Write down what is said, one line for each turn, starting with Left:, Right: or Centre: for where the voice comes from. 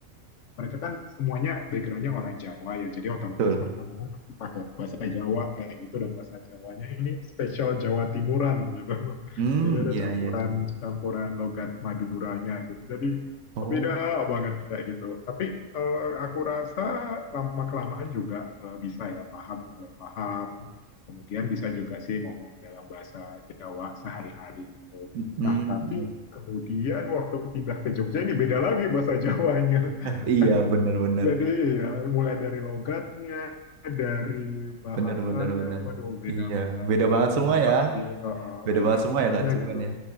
Left: mereka kan semuanya backgroundnya orang Jawa ya, jadi otomatis
Right: Betul.
Left: mereka ngomong pasti pakai bahasa Jawa kayak gitu dan bahasa Jawanya ini spesial Jawa Timuran gitu, <laughs>
Right: Hmm,
Left: jadi ada
Right: iya
Left: campuran
Right: iya.
Left: campuran logat Maduranya gitu, jadi
Right: Oh,
Left: beda banget kayak gitu. Tapi eh, aku rasa lama kelamaan juga eh, bisa ya paham, mulai paham. Kemudian bisa juga sih ngomong dalam bahasa Jawa sehari-hari gitu.
Right: mm,
Left: Nah, tapi kemudian waktu pindah ke Jogja ini beda lagi bahasa Jawanya.
Right: <laughs> iya bener-bener,
Left: <laughs> Jadi ya mulai dari logatnya, dari bahasanya,
Right: bener-bener bener. Bener,
Left: waduh
Right: bener,
Left: beda-beda
Right: bener. Iya, beda banget
Left: semua
Right: semua ya,
Left: sih, eh, eh,
Right: beda
Left: beda
Right: banget semua
Left: semuanya
Right: ya Kak Cuman
Left: gitu
Right: ya,